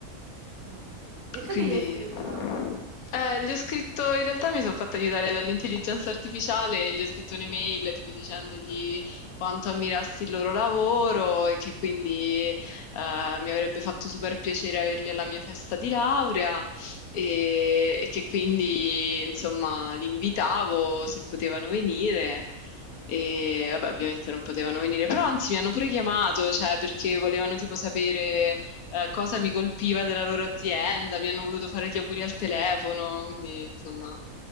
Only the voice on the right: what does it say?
Mm. E tu
che gli hai scritto?